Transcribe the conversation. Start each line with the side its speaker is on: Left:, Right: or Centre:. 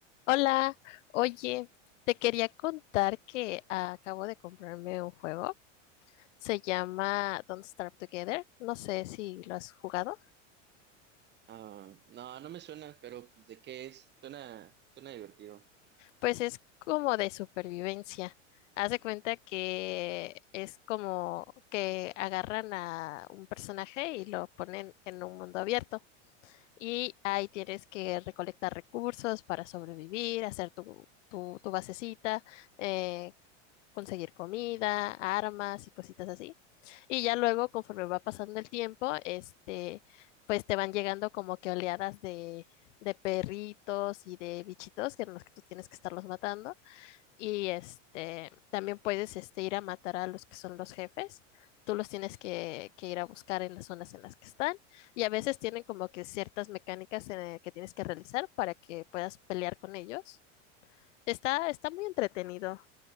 Left: Hola, oye, te quería contar que acabo de comprarme un juego. Se llama Don't Starve Together. No sé si lo has jugado.
Right: Ah, no, no me suena, pero pues, ¿de qué es? Suena, suena divertido.
Left: Pues es como de supervivencia. Haz de cuenta que es como que agarran a un personaje y lo ponen en un mundo abierto. y ahí tienes que recolectar recursos para sobrevivir, hacer tu, tu, tu basecita, eh, conseguir comida, armas y cositas así. Y ya luego, conforme va pasando el tiempo, este, pues te van llegando como que oleadas de, de perritos y de bichitos que en los que tú tienes que estarlos matando. Y este, también puedes este, ir a matar a los que son los jefes. Tú los tienes que, que ir a buscar en las zonas en las que están. Y a veces tienen como que ciertas mecánicas eh, que tienes que realizar para que puedas pelear con ellos. Está, está muy entretenido.